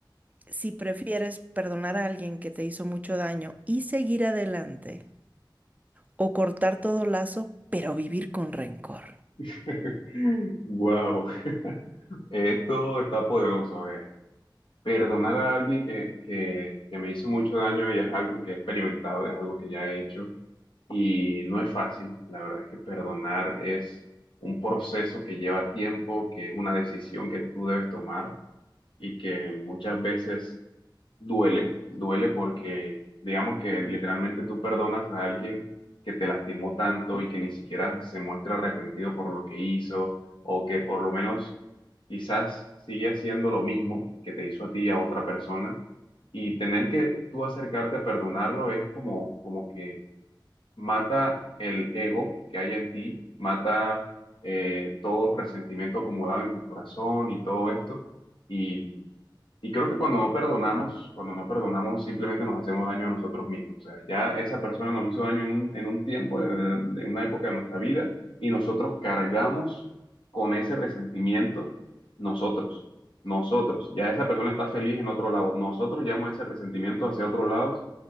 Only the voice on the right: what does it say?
si prefieres perdonar a alguien que te hizo mucho daño y seguir adelante o cortar todo lazo, pero vivir con rencor.